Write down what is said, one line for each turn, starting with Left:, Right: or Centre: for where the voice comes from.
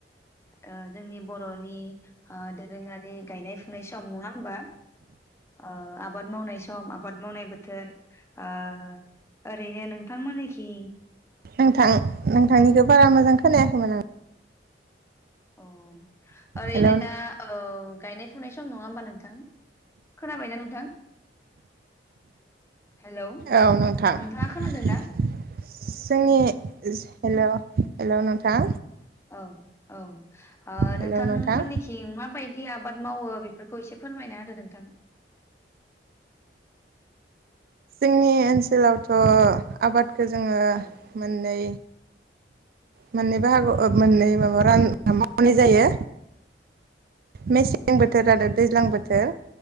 Left: ओ जोंनि बर'नि ओ दोरोङारि गायनाय फुनाय सम नङा होमबा ओ आबाद मावनाय सम आबाद मावनाय बोथोर ओ ओरैनो नों नोंथां मोननिखि
Right: नोंथां नोंथांनिखो बारा मोजां खोनायाखैमोन आं
Left: अ ओरैनो
Right: हेल'
Left: दा ओ गायनाय फुनाय सम नङा होमबा नोंथां खोनाबायना नोंथां हेलौ
Right: औ नोंथां
Left: नोंथाङा खोनादोंना
Right: जोंनि ज हेल' हेलौ नोंथां
Left: औ औ ओ
Right: हेल'
Left: नोंथांमोननिखि
Right: नोंथां
Left: माबायदि आबाद मावो बेब फोरखौ इसे फोरमायना होदो नोंथां
Right: जोंनि ओनसोलावथ' आबाद खो जोङो
Left: औ
Right: मोननै मोननै बाहागोआव ओ मोननै माबा रान मावनाय जायो मेसें बोथोर आरो दैज्लां बोथोर